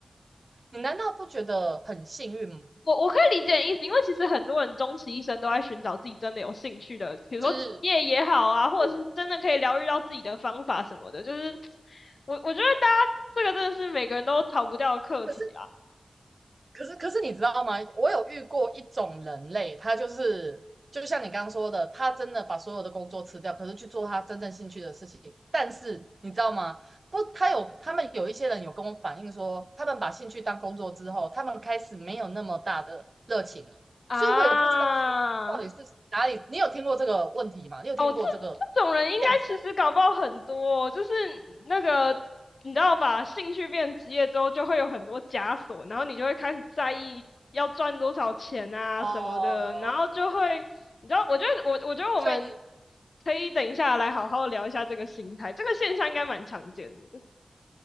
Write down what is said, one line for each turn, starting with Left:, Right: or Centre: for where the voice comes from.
Right: 你难道不觉得很幸运吗？
Left: 我我可以理解你意思，因为其实很多人终其一生都在寻找自己真的有兴趣的，比如说职业也好啊，
Right: 是
Left: 或者是真的可以疗愈到自己的方法什么的。
Right: 是，
Left: 就是我我觉得大家这个真的是每个人都逃不掉的课题
Right: 可是可是可是你知道吗？我有遇过一种人类，他就是就像你刚刚说的，他真的把所有的工作辞掉，可是去做他真正兴趣的事情。但是你知道吗？不，他有他们有一些人有跟我反映说，他们把兴趣当工作之后，他们开始没有那么大的热情了。
Left: 啊，
Right: 所以我也不知道说到底是哪里。你有听过这个问题吗？你有听过这个
Left: 哦，这这种人应该其实搞不好很多哦就是
Right: 现象吗？
Left: 那个你知道吧，兴趣变职业之后，就会有很多枷锁，然后你就会开始在意要赚多少钱啊什么的，
Right: 哦，
Left: 然后就会，你知道，我觉得我我觉得我们
Right: 所以你
Left: 可以等一下来好好聊一下这个心态，这个现象应该蛮常见的。